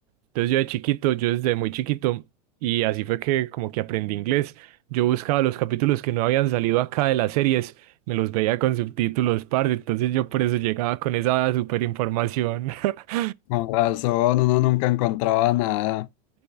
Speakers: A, on the right; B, on the left.
A: Entonces yo de chiquito, yo desde muy chiquito, y así fue que como que aprendí inglés, yo buscaba los capítulos que no habían salido acá de las series, me los veía con subtítulos, parce, entonces yo por eso llegaba con esa super información. <laughs>
B: Con razón, uno nunca encontraba nada.